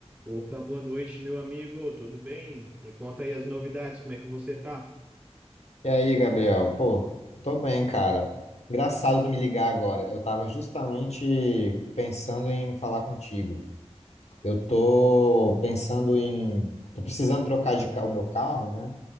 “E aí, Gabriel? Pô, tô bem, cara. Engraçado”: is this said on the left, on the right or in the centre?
Left